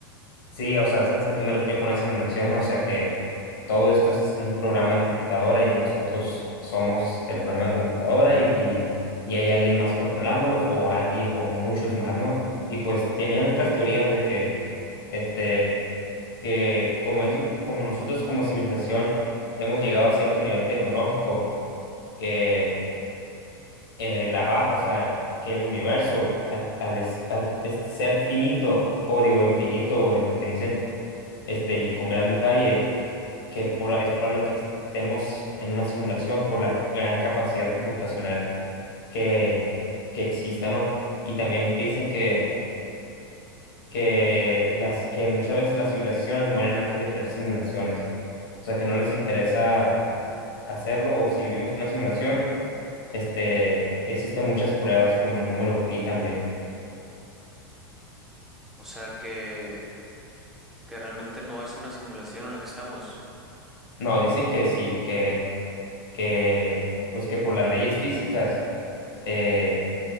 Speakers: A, on the left (about 70°); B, in the centre.
A: Sí, o sea, ¿sabes a qué me refiero con una simulación? O sea que todo esto es un programa de computadora y nosotros somos el programa de computadora y, y, y hay alguien más controlándolos o alguien o muchos más, ¿no? Y pues tenían estas teorías de que, este, que como es, como nosotros como civilización hemos llegado a cierto nivel tecnológico, que eh, la base, o sea, que el universo al, al, es- al es- ser finito, o digo infinito en lo que dicen este, y con gran detalle, que por- es probable que estemos en una simulación por la gran capacidad computacional que, que exista, ¿no? Y también que dicen que, que, las, que muchas veces las civilizaciones mueren antes de crear simulaciones, o sea, que no les interesa hacerlo o si vivimos en una simulación, este, existen muchas pruebas como el número pi también.
B: O sea, que, que realmente no es una simulación en la que estamos.
A: No, dicen que sí, que, que, pues que por las leyes físicas, eh,